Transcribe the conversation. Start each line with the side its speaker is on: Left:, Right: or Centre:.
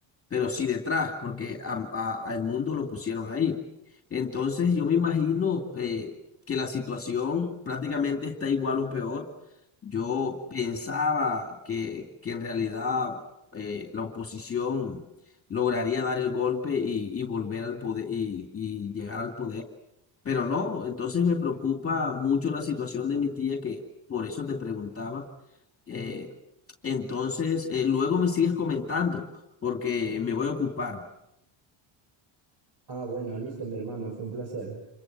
Left: pero sí detrás, porque a, a- a Edmundo lo pusieron ahí. Entonces yo me imagino eh, que la situación prácticamente está igual o peor. Yo pensaba que, que en realidad eh, la oposición lograría dar el golpe y, y volver al poder y, y llegar al poder. Pero no, entonces me preocupa mucho la situación de mi tía, que por eso te preguntaba. Eh, entonces, eh, luego me sigues comentando, porque me voy a ocupar.
Right: Ah, bueno, listo, mi hermano, fue un placer.